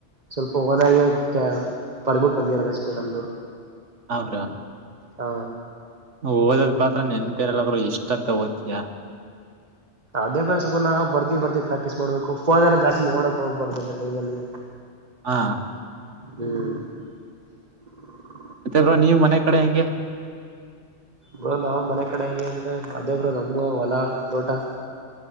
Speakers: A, on the right; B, on the right.
A: ಸ್ವಲ್ಪ ಒನಾಗಿ ಬರ್ದ್ ಬಿಟ್ಟು ಬಂದಿರೋದಷ್ಟೇ ನಮ್ದು.
B: ಹಾ ಬ್ರೋ.
A: ಹ.
B: ಓದದ್ ಪಾತ್ರ ನೆನಪೇ ಇರಲ್ಲ ಎಸ್ಟ್ ಅಂತ ಓದ್ತಯಾ.
A: ಅದೇ ಬೇಸುಪಣ್ಣ ಬರ್ದಿ ಬರ್ದಿ ಪ್ರಾಕ್ಟೀಸ್ ಮಾಡ್ಬೇಕು ಫೋನ್ ಎಲ್ಲ ಜಾಸ್ತಿ ನೋಡಕ್ ಹೋಗ್ಬಾರ್ದು ಅಂತ ಟೈಮಲ್ಲಿ.
B: ಹಾ
A: ಹ್ಮ್
B: ಮತ್ತೆ ಬ್ರೋ ನೀವ್ ಮನೆ ಕಡೆ ಹೆಂಗೆ.
A: ಬ್ರೋ ನಾವ್ ಮನೆ ಕಡೆ ಅಲ್ಲಿ ಅಂದ್ರೆ ಅದೇ ಬ್ರೋ ನಮ್ಗ ಹೊಲಾ ತೋಟ.